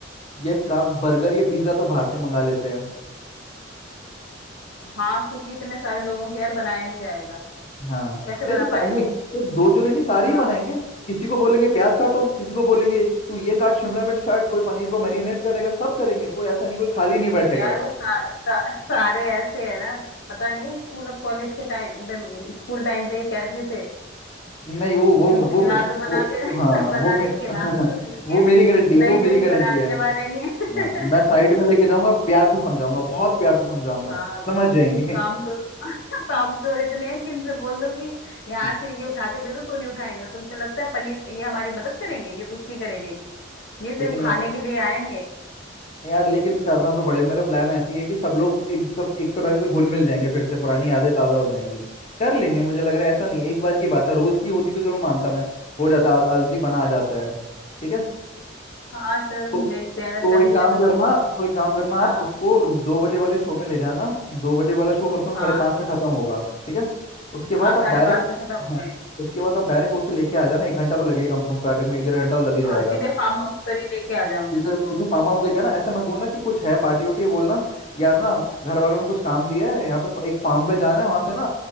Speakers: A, on the left; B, on the left.
A: ये काम बर्गर या पिज्ज़ा तो बाहर से मंगा लेते हैं
B: हाँ क्योंकि इतने सारे लोगों के यार बनाया नहीं जाएगा
A: हाँ
B: कैसे बना
A: नहीं तो सा-
B: पाएंगे
A: नहीं
B: क्यों-
A: तो दो जने नहीं सारे ही
B: हाँ।
A: बनाएंगे किसी को बोलेंगे प्याज काटो किसी को बोलेंगे तू ये काट शिमला मिर्च काट कोई पनीर को मैरिनेट करेगा सब करेंगे कोई ऐसा नहीं कोई खाली नहीं बैठेगा
B: यार वो सा, सा, सारे ऐसे है ना पता नहीं स्कूल और कॉलेज के टाइम पे स्कूल टाइम पे ये कैसे थे
A: नहीं वो वो
B: इनको
A: वो
B: खिला
A: मे,
B: दो बना
A: वो
B: के <laughs>
A: हाँ
B: बना
A: वो मे,
B: के
A: <laughs>
B: खिला दो तो ठीक
A: वो
B: है
A: मेरी गारंटी है
B: नहीं
A: वो मेरी
B: तो ये
A: गारंटी
B: बनाने
A: है
B: वाले नहीं है
A: हाँ, मैं साइड में लेके जाऊंगा प्यार से समझाऊंगा बहुत प्यार से समझाऊंगा
B: <laughs> हाँ
A: समझ जाएंगे
B: काम चोर <laughs> काम चोर इतने हैं कि इनसे बोल दो कि यहाँ
A: <laughs>
B: से ये उठा के दे दो तो नहीं उठाएंगे तुम्हें लगता है पनीर ये हमारी मदद करेंगे ये कुछ नहीं करेंगे ये सिर्फ
A: लेकिन
B: खाने
A: यार
B: के लिए आएंगे
A: यार लेकिन करना तो पड़े मेरा प्लान ऐसी है कि सब लोग एक सब एक तरह से घुल मिल जाएंगे फिर से पुरानी आदतें ताज़ा हो जाएंगी कर लेंगे मुझे लग रहा है ऐसा नहीं एक बार की बात है रोज़ की होती तो चलो मानता मैं हो जाता आल- आलसीपना आ जाता है ठीक है
B: हाँ चल
A: तो
B: देखते हैं अगर
A: तो
B: कर
A: एक
B: लिया
A: काम
B: तो
A: करना तो एक काम करना
B: हाँ
A: आप उसको दो बजे वाले शो में ले जाना दो बजे वाला शो कम से कम साढ़े
B: हाँ
A: पाँच तक खत्म होगा ठीक है उसके
B: हाँ
A: बाद आप
B: साढ़े
A: डायरेक्ट
B: पाँच तक खत्म हो
A: हाँ
B: गए
A: उसके बाद आप डायरेक्ट उसे लेके आ जाना एक घंटा तो लगेगा कम से कम ट्रैफिक में एक डेढ़ घंटा तो लग ही जाएगा
B: हाँ सीधे फार्म हाउस पर ही लेके आ जाऊंगी
A: सीधे
B: उसको
A: सीधे फार्म हाउस लेके आना ऐसे मत बोलना कि कुछ है पार्टी वार्टी है, बोलना यार ना घर वालों ने कुछ काम दिया है यहाँ पे फ- एक फार्म पे जाना है वहां से ना